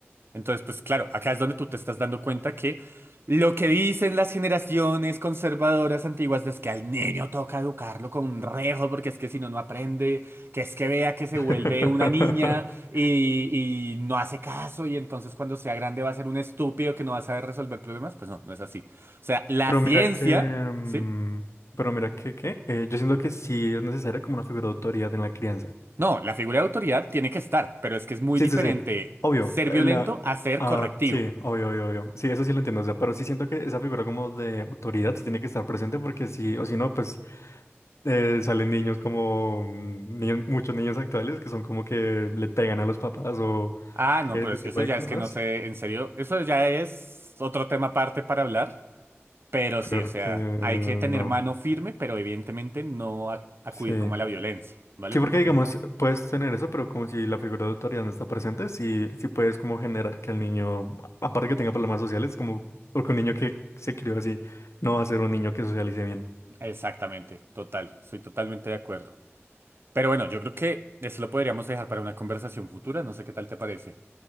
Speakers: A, on the right; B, on the left.
A: Entonces, pues claro, acá es donde tú te estás dando cuenta que lo que dicen las generaciones conservadoras antiguas es que al niño toca educarlo con un rejo porque es que si no, no aprende, que es que vea que se
B: <laughs>
A: vuelve una niña y, y no hace caso y entonces cuando sea grande va a ser un estúpido que no va a saber resolver problemas, pues no, no es así. O sea, la
B: Pero
A: ciencia,
B: mira que, mm,
A: ¿sí?
B: pero mira que, ¿qué? Eh, yo siento que sí es necesaria como una figura de autoridad en la crianza.
A: No, la figura de autoridad tiene que estar, pero es que es muy
B: Sí,
A: diferente
B: sí, sí. Obvio.
A: ser
B: eh,
A: violento
B: La...
A: a ser
B: Ah,
A: correctivo.
B: sí, obvio, obvio, obvio. Sí, eso sí lo entiendo. O sea, pero sí siento que esa figura como de autoridad sí tiene que estar presente porque sí, o si no, pues eh, salen niños como mm, niños- muchos niños actuales que son como que le pegan a los papás o
A: Ah,
B: que
A: no, pero
B: ese
A: es
B: tipo
A: que eso
B: de
A: ya
B: cosas.
A: es que no sé, en serio, eso ya es otro tema aparte para hablar, pero sí,
B: Porque
A: o sea,
B: no.
A: hay que tener mano firme, pero evidentemente no a- acudir
B: Sí.
A: como a la violencia, ¿vale?
B: Sí,
A: Porque
B: porque
A: tiene
B: digamos,
A: una razón.
B: puedes tener eso, pero como si la figura de autoridad no está presente, sí, sí puedes como generar que el niño, a- aparte que tenga problemas sociales, como porque un niño que se crió así no va a ser un niño que socialice bien.
A: Exactamente, total, soy totalmente de acuerdo. Pero bueno, yo creo que eso lo podríamos dejar para una conversación futura, no sé qué tal te parece.